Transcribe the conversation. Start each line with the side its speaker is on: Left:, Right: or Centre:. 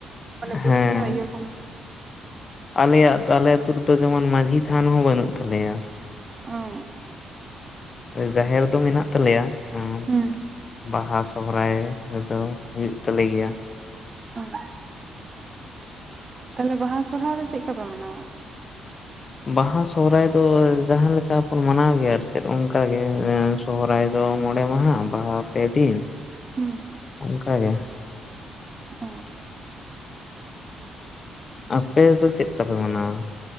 Right: ᱢᱟᱱᱮ ᱵᱮᱥᱤ
Left: ᱦᱮᱸ
Right: ᱧᱚᱜ ᱤᱭᱟᱹ ᱠᱚ ᱢᱮᱱᱟᱜᱼᱟ ᱾
Left: ᱟᱞᱮᱭᱟᱜ ᱟᱞᱮ ᱟᱹᱛᱩ ᱨᱮᱫᱚ ᱡᱮᱢᱚᱱ ᱢᱟᱹᱡᱷᱤ ᱛᱷᱟᱱ ᱦᱚᱸ ᱵᱟᱹᱱᱩᱜ ᱛᱟᱞᱮᱭᱟ ᱾
Right: ᱚᱸ ᱾
Left: ᱡᱟᱦᱮᱨ ᱫᱚ ᱢᱮᱱᱟᱜ ᱛᱟᱞᱮᱭᱟ, ᱟᱨ
Right: ᱦᱩᱸ
Left: ᱵᱟᱦᱟ ᱥᱚᱦᱨᱟᱭ ᱨᱮᱫᱚ ᱦᱩᱭᱩᱜ ᱛᱟᱞᱮ ᱜᱮᱭᱟ ᱾
Right: ᱚᱸ, ᱛᱟᱦᱞᱮ ᱵᱟᱦᱟ ᱥᱚᱨᱦᱟᱭ ᱫᱚ ᱪᱮᱫᱠᱟᱯᱮ ᱢᱟᱱᱟᱣᱟ?
Left: ᱵᱟᱦᱟ ᱥᱚᱦᱨᱟᱭ ᱫᱚ ᱡᱟᱦᱟᱸ‌ ᱞᱮᱠᱟ ᱵᱚᱱ ᱢᱟᱱᱟᱣ ᱜᱮᱭᱟ ᱟᱨ ᱪᱮᱫ ᱚᱱᱠᱟᱜᱮ ᱾ ᱥᱚᱦᱚᱨᱟᱭ ᱫᱚ ᱢᱚᱬᱮ ᱢᱟᱦᱟ, ᱵᱟᱦᱟ ᱯᱮ ᱫᱤᱱ ᱾
Right: ᱦᱩᱸ ᱾
Left: ᱚᱝᱠᱟ ᱜᱮ ᱾
Right: ᱚᱸ ᱾
Left: ᱟᱯᱮ ᱫᱚ ᱪᱮᱫᱠᱟ ᱯᱮ ᱢᱟᱱᱟᱣᱟ?